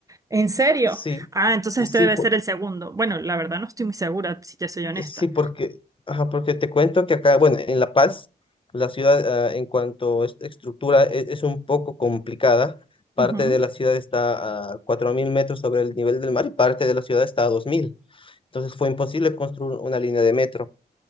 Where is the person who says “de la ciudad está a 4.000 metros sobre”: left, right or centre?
Left